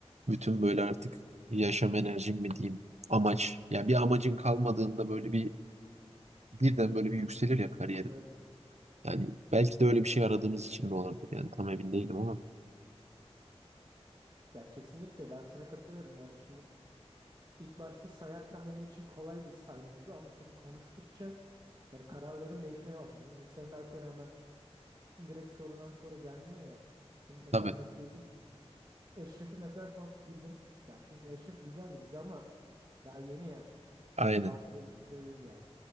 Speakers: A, on the right; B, on the right.
A: Bütün böyle artık
B: Hı,
A: yaşam enerjim mi diyeyim amaç. Ya bir amacın kalmadığında böyle bir birden böyle bir yükselir ya kariyerin.
B: Evet.
A: Yani belki de öyle bir şey aradığımız için de olabilir. Yani tam emin değilim ama.
B: Ya kesinlikle ben sana katılıyorum. Yani şimdi ilk başta sayarken benim için kolay bir sayım oldu ama şimdi konuştukça yani kararların değişmeye başladı. Şimdi insanın aklına hemen direkt sorudan sonra gelmiyor ya. Şimdi mesela
A: Tabii
B: Medcezir. Eşref'i mesela şu an sildim. Ya çünkü Eşref güzel bir dizi ama daha yeni ya.
A: aynen.
B: altı bölümde değil yani.